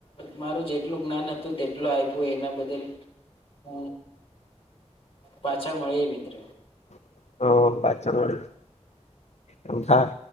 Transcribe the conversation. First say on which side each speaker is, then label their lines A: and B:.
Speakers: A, on the left; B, on the left.
A: મારું જે એટલું જ્ઞાન હતું તેટલું આપ્યું એના બદલ હ પાછા મળી એ મિત્ર
B: હ <unintelligible> અમંથા